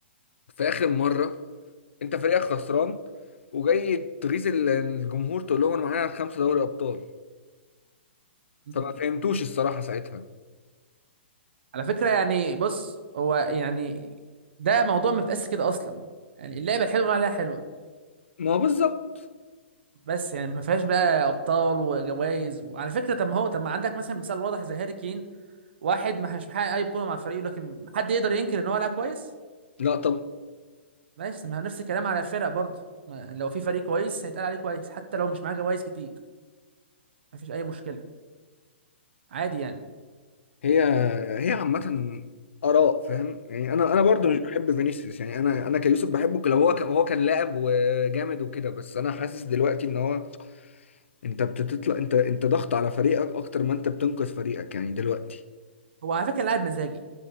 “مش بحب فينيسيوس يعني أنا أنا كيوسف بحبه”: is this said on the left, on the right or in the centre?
Left